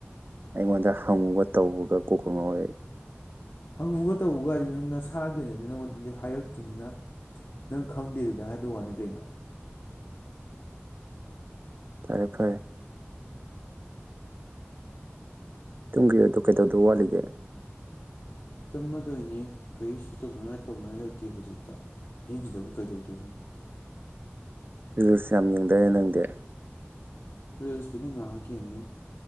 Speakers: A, on the right (about 50°); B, on the left (about 70°).
A: ꯑꯩꯉꯣꯟꯗ ꯍꯪꯕꯒ ꯇꯧꯕꯒ ꯀꯣꯛꯀ ꯉꯥꯎꯏ ꯑꯩ
B: ꯍꯪꯉꯨꯒ ꯇꯧꯕꯒ ꯍꯥꯏꯁꯤ ꯅꯪ ꯅꯁꯥꯒꯤ ꯑꯣꯏꯅꯗꯤ ꯅꯪꯉꯣꯟꯗꯪꯗꯤ ꯍꯥꯏꯔꯛꯇ꯭ꯔꯤꯕꯅꯤꯅ ꯅꯪ ꯈꯪꯗꯦꯗꯨꯗ ꯍꯥꯏꯕꯒꯤ ꯋꯥꯅꯤ ꯀꯩꯅꯣ
A: ꯐꯔꯦ ꯐꯔꯦ ꯇꯨꯡꯒꯤꯔꯣꯏꯗꯔꯣ ꯀꯩꯗꯧꯗꯣ ꯋꯥꯠꯂꯤꯒꯦ
B: ꯇꯨꯂꯃꯗꯣꯏꯅꯤ ꯀꯔꯤꯁꯨ ꯆꯠꯅꯉꯥꯏ ꯇꯧꯅꯉꯥꯏ ꯂꯩꯇꯦ ꯍꯧꯖꯤꯛꯇ ꯑꯍꯤꯡꯁꯤꯗꯕꯨ ꯀꯩꯗꯧꯗꯣꯔꯤꯅꯣ
A: ꯔꯤꯂꯁꯌꯥꯝ ꯌꯦꯡꯗꯥꯏꯅꯦ ꯅꯪꯗꯦ
B: ꯔꯤꯜꯁꯄꯨꯗꯤ ꯉꯥꯏꯍꯥꯛ ꯌꯦꯡꯅꯤ